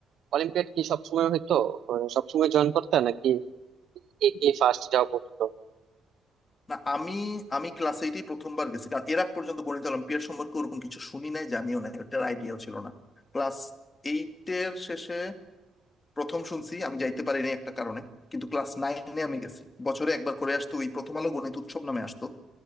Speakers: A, on the right; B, on the left.
A: অলিম্পিয়াড কি সবসময় হইতো আহ, সবসময় জয়েন করতে নাকি কি কি ফার্স্ট যাওয়া পড়তো
B: না আমি আমি ক্লাস এইটেই প্রথমবার গেছি কারণ এর আগ পর্যন্ত গণিত অলিম্পিয়াড সম্পর্কে ওরকম কিছু শুনি নাই জানিও নাই ওটার আইডিয়াও ছিল না ক্লাস এইটের শেষে প্রথম শুনছি আমি যাইতে পারিনি একটা কারণে কিন্তু ক্লাস নাইনে আমি গেছি বছরে একবার করে আসতো ওই প্রথম আলো গণিত উৎসব নামে আসতো